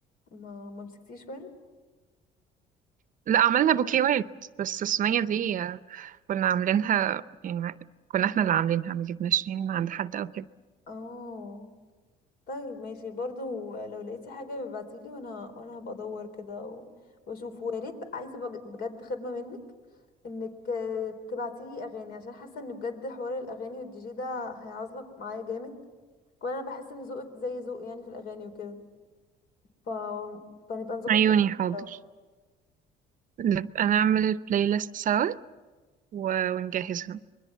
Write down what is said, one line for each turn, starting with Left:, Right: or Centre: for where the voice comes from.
Left: ما ما مسكتيش ورد
Right: لا عملنا بوكيوات بس الصينية دي آه، كنا عاملينها يعني ما- كنا احنا اللي عاملينها ما جبناش يعني من عند حد او كده
Left: اه طيب ماشي برضو لو لقيتي حاجة ببعتيلي وانا وانا هبقى ادور كده و- واشوف ويا ريت عايزة بج- بجد خدمة منك انك آه، تبعتيلي اغاني عشان حاسة ان بجد حوار الاغاني والدي جي ده هيعزلك معايا جامد وانا بحس ان ذوقك زي ذوق يعني في الاغاني وكده ف... فنبقى نظبط
Right: عيوني
Left: الاغاني
Right: حاضر
Left: سوا
Right: نبقى نعمل بلاي ليست سوا و- ونجهزها